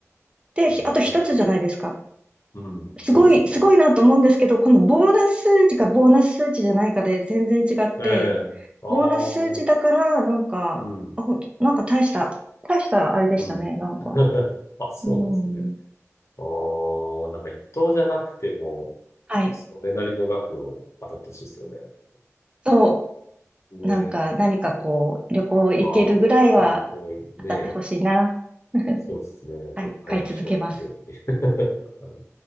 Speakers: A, on the right; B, on the left.
A: で、
B: なるほど。
A: ひあと1つじゃないですか。
B: うん、そうですよね。
A: すごい、すごいなと思うんですけど、このボーナス数値かボーナス数値じゃないかで全然違って、
B: ええ。ああ、
A: ボーナス数値だから、なんか、
B: うん、
A: あ、ほんと、なんか大した、大したあれでしたね、
B: うん。
A: なんか。
B: <laughs> あ、そうなんですね。
A: うん。
B: ああ、なんか一等じゃなくても、
A: はい。
B: それなりの額を当たってほしいですよね。
A: そ
B: ね、
A: う。なんか、何かこう、旅行行けるぐらいは
B: はい。旅行、ね、
A: 当たってほしいな。<laughs>
B: そうですね。
A: はい、
B: ちょっと買いましょう。
A: 買い続けます。
B: ぜひ。<laughs>